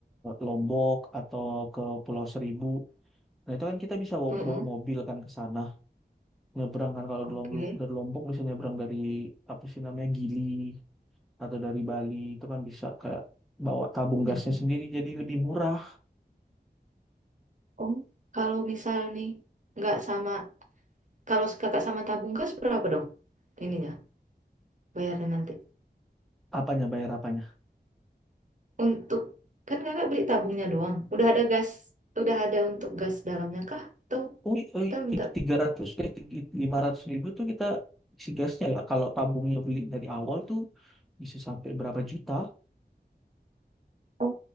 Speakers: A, in the centre; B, on the right.
A: Lombok atau ke Pulau Seribu. Nah itu kan kita bisa bawa,
B: Mm-mm.
A: bawa mobil kan ke sana. Nyebrang kan kalau
B: Oke.
A: dari Lombok, dari Lombok bisa nyebrang dari apa sih namanya Gili atau dari Bali itu kan bisa kayak bawa tabung
B: Mm-mm.
A: gasnya sendiri jadi lebih murah.
B: Oh, kalau misal nih nggak sama, kalau kakak sama tabung gas berapa dong? Ininya, bayarnya nanti.
A: Apanya bayar apanya?
B: Untuk kan kakak beli tabungnya doang. Udah ada gas, udah ada untuk gas dalamnya kah? Atau
A: Oh, i- oh,
B: kita
A: i-
B: minta
A: itu 300 eh lima ratus ribu tuh kita isi gasnya ya. Kalau tabungnya beli dari awal tuh bisa sampai berapa juta?
B: Oh,